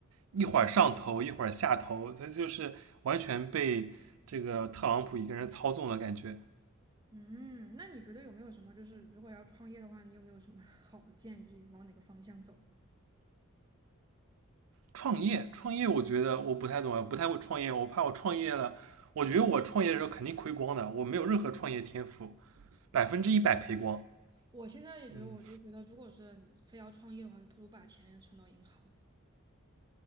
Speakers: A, on the right; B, on the right.
A: 一会儿上头，一会儿下头，这就是完全被这个特朗普一个人操纵了感觉。
B: 嗯，那你觉得有没有什么，就是如果要创业的话，你有没有什么 <laughs> 好的建议，往哪个方向走？
A: 创业，创业，我觉得我不太懂，啊，不太会创业，我怕我创业了，我觉得我创业的时候肯定亏光的，我没有任何创业天赋，百分之一百赔光。
B: 哦，我现在也觉得，
A: 嗯，
B: 我就觉得，如果是非要创业的话，就不如把钱存到银行。